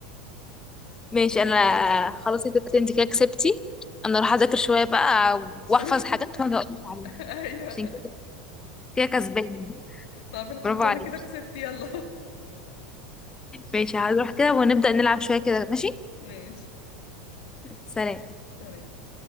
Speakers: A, on the left; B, on the left.
A: ماشي انا خلاص يا ست انت كده كسبتي انا اروح اذاكر شويه بقى واحفظ
B: <laughs> روحي
A: حاجات وانا اقول لك عليها
B: <laughs> ايوه
A: عشان كده كده كسبانه
B: طب الحمد
A: برافو
B: لله
A: عليكي
B: انا كده كسبت يلا <laughs>
A: ماشي هروح كده ونبدأ نلعب شويه كده ماشي
B: ماشي
A: سلام
B: تمام